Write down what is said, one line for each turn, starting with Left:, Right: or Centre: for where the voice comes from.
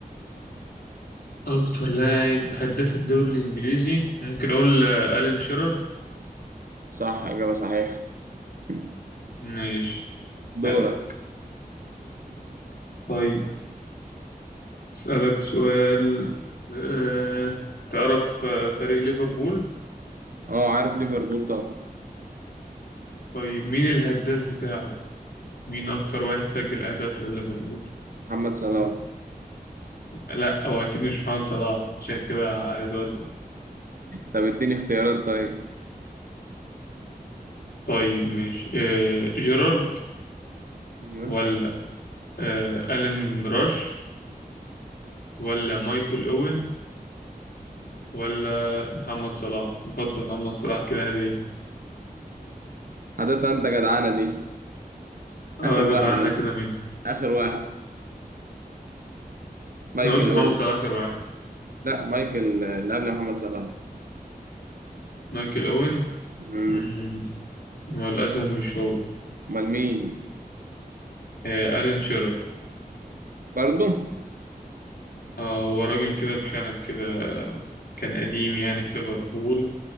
Left: أكتر لاعب هداف الدوري الإنجليزي ممكن أقول آه، ألين شيرر
Right: صح إجابة صحيحة <laughs>
Left: ماشي
Right: دورك
Left: حلو طيب أسألك سؤال أه... تعرف آه، فريق ليفربول
Right: أه عارف ليفربول طبعا
Left: طيب مين الهداف بتاعه مين أكتر واحد سجل أهداف لليفربول
Right: محمد صلاح
Left: لا هو أكيد مش محمد صلاح عشان كده عايز أقول
Right: طب اديني اختيارات طيب
Left: طيب ماشي أه... جيرارد
Right: ايوه
Left: ولا أه... ألين راش ولا مايكل أوين ولا محمد صلاح نحط محمد صلاح كده هدية
Right: حضرتك انت جدعانه دي
Left: اه
Right: اخر
Left: جدعنا
Right: واحد يا اسطى
Left: كده مين
Right: اخر واحد مايكل
Left: انا قلت محمد
Right: أو
Left: صلاح اخر واحد
Right: لا مايكل آه، اللي قبل محمد صلاح
Left: مايكل اوين
Right: مم.
Left: مم، هو للاسف مش هو
Right: أمال مين؟
Left: آه الين شيرر
Right: برضه؟
Left: اه هو راجل كده بشنب كده كان قديم يعني في ليفربول